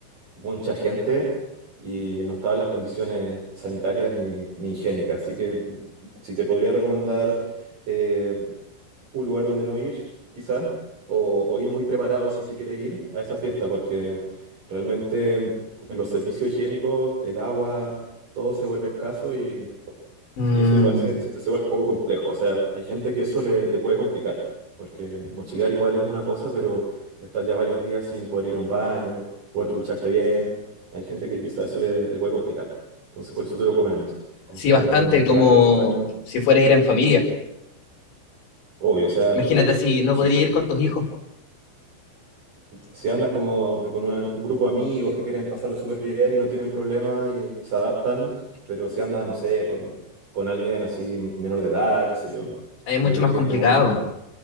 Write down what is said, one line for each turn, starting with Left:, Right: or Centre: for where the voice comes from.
Right: mucha gente y no estaban las condiciones sanitarias ni, ni higiénicas. Así que si te podría recomendar eh, un lugar donde no ir, quizá, o, o ir muy preparado si es que quieres ir a esa fiesta, porque realmente en los servicios higiénicos, el agua, todo se vuelve escaso y
Left: ¿no? Mm,
Right: y eso igual se, se- se vuelve un poco complejo. O sea, hay gente que eso le, le puede complicar, porque mochilear igual es una cosa, pero estar ya varios días sin poder ir a un baño, poder ducharte bien, hay gente que quizás eso le, le puede complicar. Entonces, por eso te lo comento. Como
Left: sí,
Right: estamos
Left: bastante,
Right: hablando de viaje
Left: como
Right: de Chiloé,
Left: si fuera a ir en familia.
Right: obvio, o sea,
Left: Imagínate
Right: yo creo que
Left: si no
Right: si,
Left: podría ir con tus hijos, po.
Right: si andas como con una- un grupo de amigos que quieren pasarlo súper bien y no tienen problema y se adaptan, pero si andas, no sé, con, con alguien así menor de edad, qué sé yo,
Left: Ahí es mucho
Right: yo creo
Left: más
Right: que
Left: complicado.
Right: no es un